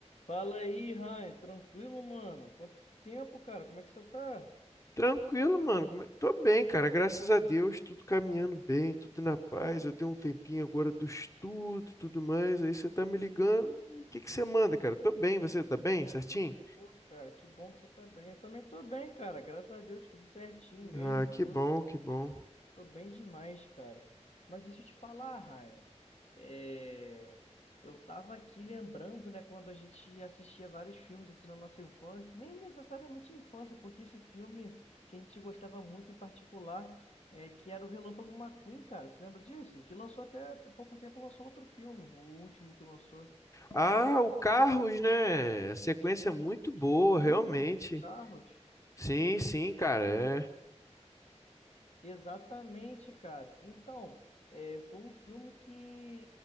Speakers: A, on the left; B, on the left.
A: Fala aí, Ryan. Tranquilo, mano? Quanto tempo, cara? Como é que você tá?
B: Tranquilo, mano. Como é- Tô bem, cara. Graças a Deus, tudo caminhando bem, tudo na paz. Eu dei um tempinho agora do estudo, tudo mais. Aí você tá me ligando. O que que você manda, cara? Tô bem, você tá bem, certinho?
A: Ô, cara, que bom que você tá bem. Eu também tô bem, cara. Graças a Deus, tudo certinho mesmo.
B: Ah, que bom, que bom.
A: Tô bem demais, cara. Mas deixa eu te falar, Ryan. É, Eu tava aqui lembrando, né, quando a gente assistia vários filmes assim na nossa infância, nem necessariamente infância, porque esse filme que a gente gostava muito em particular, é, que era o Relâmpago McQueen, cara. Você lembra disso? Que lançou até até pouco tempo, lançou outro filme, o último que lançou.
B: Ah, o Carros, né? A sequência é muito boa,
A: Sim,
B: realmente.
A: Carros.
B: Sim, sim, cara. É.
A: Exatamente, cara. Então, é, foi um filme que